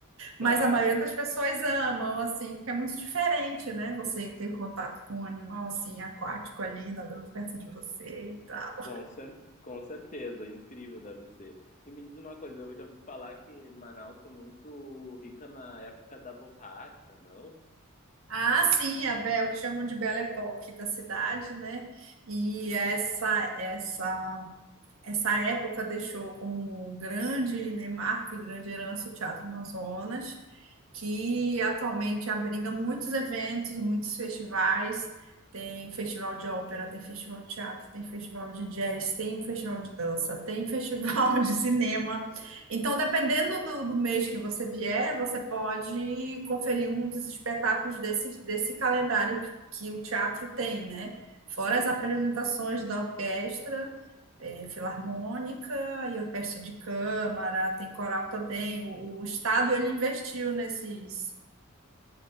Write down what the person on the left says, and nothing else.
Claro.
Com cer com certeza, incrível deve ser. E me diz uma coisa, eu já ouvi falar que Manaus foi muito rica na época da borracha, não?
Tá
certo.